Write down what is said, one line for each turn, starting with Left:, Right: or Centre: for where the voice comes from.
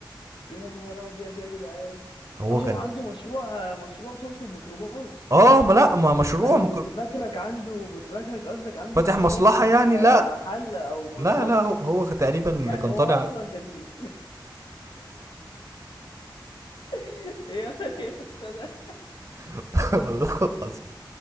Left: يا نهار ابيض يا جدعان
Right: هو
Left: اه هو
Right: كان
Left: عنده مشروع مشروع تقصد ميكروباص
Right: اه ما لا ما مشروع
Left: انا
Right: مكر...
Left: كنت فاكرك عنده كنت فاكرك قصدك عنده
Right: فاتح
Left: مشروع
Right: مصلحة
Left: فاتح
Right: يعني
Left: آه،
Right: لا
Left: محل او مصلحة
Right: لا لا هو, هو كان تقريبا اللي
Left: يعني
Right: كان
Left: هو
Right: طالع
Left: اصلا كان <laughs> يا يا اسطى ده
Right: <laughs> والله العظيم